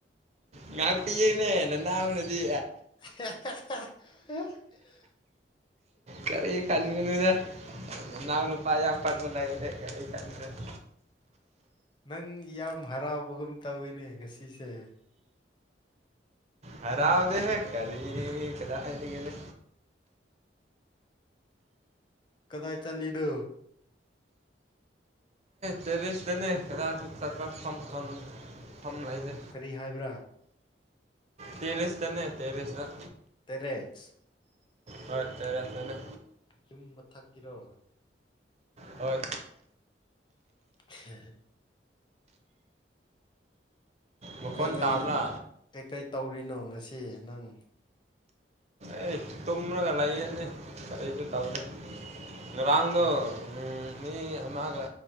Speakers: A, on the right (about 35°); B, on the left (about 25°).
A: ꯉꯥꯛꯄꯤꯌꯦꯅꯦ ꯅꯅꯥꯎꯅꯗꯤ
B: <unintelligible>
A: ꯀꯔꯤ ꯈꯟꯒꯅꯨꯗ ꯅꯅꯥꯎ ꯅꯨꯄꯥ ꯌꯥꯝ ꯄꯟꯕ ꯂꯩꯌꯦ ꯀꯔꯤꯝ ꯈꯟꯒꯅꯨ
B: ꯅꯪ ꯌꯥꯝ ꯍꯔꯥꯎꯕꯒꯨꯝ ꯇꯧꯋꯤꯅꯦ ꯉꯁꯤꯁꯦ
A: ꯍꯔꯥꯎꯗꯦꯍꯦ ꯀꯔꯤꯒꯤ ꯀꯗꯥꯏꯗꯩꯩꯒꯤꯅꯣ
B: ꯀꯗꯥꯏ ꯆꯠꯂꯤꯅꯣ
A: ꯇꯔꯤꯁꯇꯅꯦ ꯀ ꯆ ꯈ ꯈꯪ ꯐꯝ ꯂꯩꯇꯦ
B: ꯀꯔꯤ ꯍꯥꯏꯕ꯭ꯔ
A: ꯇꯦꯔꯦꯁꯇꯅꯦ ꯇꯦꯔꯦꯁꯇ
B: ꯇꯦꯔꯦꯁ
A: ꯍꯣꯏ ꯇꯦꯔꯦꯁꯇꯅꯦ
B: ꯌꯨꯝ ꯃꯊꯛꯀꯤꯔꯣ
A: ꯍꯣꯏ
B: ꯍ
A: ꯃꯈꯣꯟ
B: ꯀꯩꯀꯩ
A: ꯇꯥꯕ꯭ꯔꯥ
B: ꯀꯩꯀꯩ ꯇꯧꯔꯤꯅꯣ ꯉꯁꯤ ꯅꯪ
A: ꯑꯩ ꯇꯨꯝꯃꯒ ꯂꯥꯏꯌꯦꯅꯦ ꯀꯔꯤꯁꯨ ꯇꯧꯗꯦ ꯉꯔꯥꯡꯗꯣ ꯃꯤ ꯑꯃꯒ